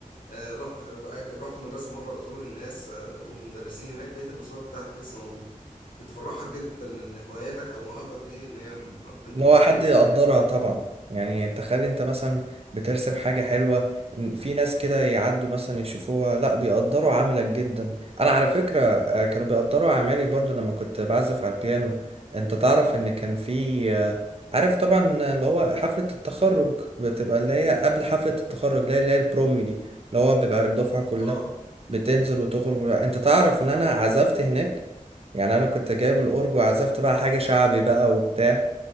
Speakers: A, on the left; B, on the right.
A: آه، رحت بقى- رحت مدرسه مره ازور الناس آه، والمدرسين هناك لقيت الرسومات بتاعتي لسه موجوده بتفرحك جدا ان هواياتك او مواهبك دي ان هي ما بت- ما
B: اللي هو
A: بتموتش
B: حد يقدرها
A: يعني
B: طبعا يعني تخيل انت مثلا بترسم حاجة حلوة إن في ناس كده يعدوا مثلا يشوفوها لا بيقدروا عملك جدا انا على فكرة آه، كانوا بيقدروا اعمالي برضو لما كنت بعزف على البيانو انت تعرف ان كان في آه، عارف طبعا اللي هو حفلة التخرج بتبقى اللي هي قبل حفلة التخرج اللي هي اللي هي البروم دي اللي هو بيبقى الدفعة كلها
A: اه
B: بتنزل وتخرج انت تعرف ان انا عزفت هناك يعني انا كنت جايب الاورج وعزفت بقى حاجة شعبي بقى وبتاع